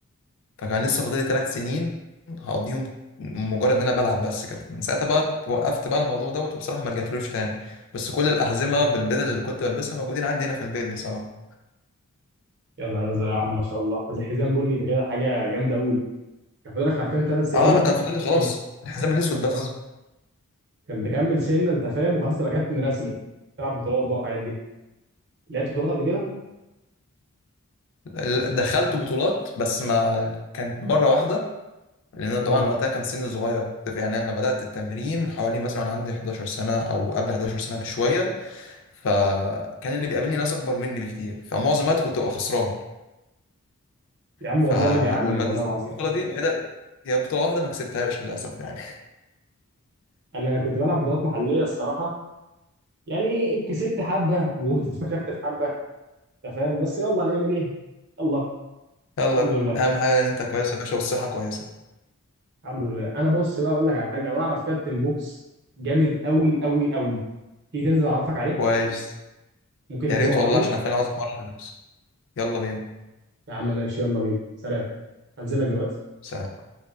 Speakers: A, on the left; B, on the right.
A: فكان لسه فاضلي ثلاث سنين هقضيهم مجرد ان انا بلعب بس كده من ساعتها بقى وقفت بقى الموضوع دوت وبصراحه ما رجعتلوش تاني بس كل الاحزمه بالبدل اللي كنت بلبسها موجودين عندي هنا في البيت بصراحه
B: يا نهار ازرق يا عم ما شاء الله زي حزام بني ده كده حاجه جامده قوي كان فاضلك حرفيا ثلاث سنين
A: اه انا كان فاضل لي خلاص
B: انت
A: الحزام الاسود بس
B: اه كان تكمل سنه انت فاهم وخلاص تبقى كابتن رسمي تلعب بطولات بقى والحاجات دي لعبت بطولات قبل كده؟
A: ودخلت بطولات بس ما كانت مره واحده لان انا طبعا
B: مم.
A: وقتها كان سني صغير كنت في- يعني انا بدات التمرين حوالي مثلا وأنا عندي 11 سنه او قبل 11 سنه بشويه فكان اللي بيقابلني ناس اكبر مني بكتير فمعظم الوقت كنت ببقى خسران
B: يا عم
A: فلما
B: ولا ده اللي بيعلم والله
A: نزلت
B: العظيم
A: البطولة
B: <laughs>
A: دي الوحيدة هي بطولة واحدة ما كسبتهاش للأسف يعني
B: انا كنت بلعب بطولات محليه الصراحه يعني كسبت حبه وفشخت في حبه انت فاهم بس يلا هنعمل ايه يلا
A: <laughs> يلا
B: الحمد لله
A: أهم حاجة إن أنت كويس يا باشا والصحة كويسة
B: الحمد لله انا بص بقى اقول لك على حاجه انا اعرف كابتن بوكس جامد قوي قوي قوي تيجي تنزل اعرفك عليه
A: كويس
B: ممكن ننزل
A: يا ريت
B: مع بعضينا
A: والله عشان أنا فعلا عاوز أتمرن بوكس يلا بينا
B: يا عم ماشي يلا بينا سلام هنزل لك دلوقتي
A: سلام